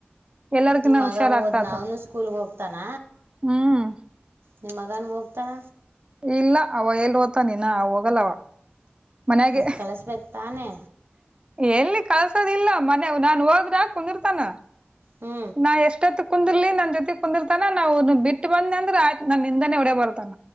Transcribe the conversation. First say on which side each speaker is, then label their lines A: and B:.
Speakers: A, on the right (about 25°); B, on the right (about 75°).
A: ಎಲ್ಲರ್ಕಿನ್ನ
B: ನಿಮ್ಮಗ
A: ಹುಷಾರ್
B: ಹೋದ್ನಾ
A: ಆಗ್ತಾತ
B: ಅವನು ಸ್ಕೂಲ್ಗೆ ಹೋಗ್ತಾನ?
A: ಹ್ಮ್
B: ನಿಮ್ಮ ಮಗನು ಹೋಗ್ತಾನ?
A: ಇಲ್ಲ ಅವ ಎಲ್ಲಿ ಹೋತ್ತಾನ್ ಇನ ಹೋಗಲ್ಲವ. ಮನ್ಯಾಗೆ
B: ಮತ್ತ್ ಕಳಸ್ಬೇಕು ತಾನೆ
A: ಎಲ್ಲಿ ಕಳ್ಸೊದಿಲ್ಲ ಮನೆ ನಾನ್ ಹೋದ್ರ ಕುಂದುರ್ತಾನ
B: ಹ್ಞೂ
A: ನಾ ಎಷ್ಟತ್ ಕುಂದಿರ್ಲಿ ನನ್ ಜೊತೆ ಕುಂದಿರ್ತ್ ತನ ನಾವು ಬಿಟ್ಟ ಬಂದ್ನೆ ಅಂದ್ರೆ ಅಯ್ತು ನನ್ ಹಿಂದೆನೆ ಒಡೇ ಬರ್ತಾನ.